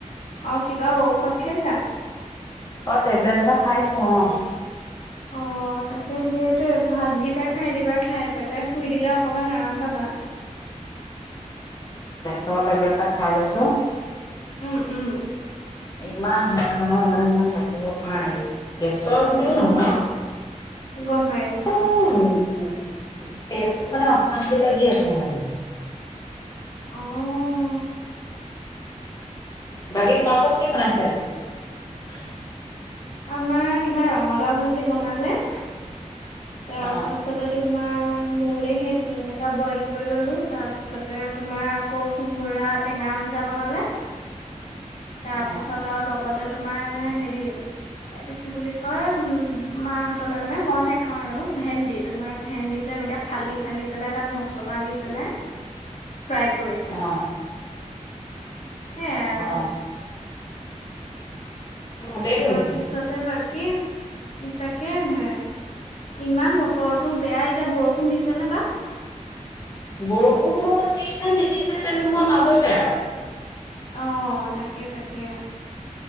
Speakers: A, on the left (about 65°); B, on the left (about 30°).
A: অ কিবা ঔষধ খাইছা
B: অ টেবলেট এটা খাইছো অ
A: অ তাকে সেইটোৱে ভাতকেইটাক খাই দিবা খাই পেলাই শুই দিলে অকমান আৰাম পাবা
B: ৰ' টেবলেট এটা খাই লৈছো।
A: উম উম।
B: ইমান হেয়া নহয় মানে মই থাকিব পৰা নাই চোও নহয়
A: অ
B: <inaudible>
A: গম পাইছো
B: উ <inaudible> কিবা এটা অশান্তি লাগি আছে মানে।
A: অঁ।
B: বাকী তোমালোকৰ কি বনাইছে আজি? হয়।
A: আমাৰ তোমাৰ ৰঙালাও ভাজি বনালে। তাৰ
B: অ
A: পাছত ত তোমাৰ মোলে সেই ডিম এটা বইল কৰি ললো, তাৰপিছতে তোমাৰ আকৌ কোমোৰা টেঙা আঞ্জা বনালে। তাৰ
B: অ
A: পিছত আৰু লগতে তোমাৰ হেৰি এইটো কি বুলি কয় উম মাহতলে মানে মই ন নাখাও আৰু ভেন্দি তোমাৰ ভেন্দিটো এনেকে ফালি - ফালি পেলাই তাত মছলা দি পেলাই ফ্ৰাই কৰিছে।
B: অ
A: সেয়াই আৰু
B: অ। ভালেই
A: তাপিছতে
B: কৰিছা
A: বাক কি তাকে হে ইমান বতৰতো বেয়া এতিয়া বৰষুণ দিছে নে তাত?
B: বৰষুণ দিছে নিদিছে তেনেকৰ মাজতে আৰ।
A: অহ তাকে তাকে।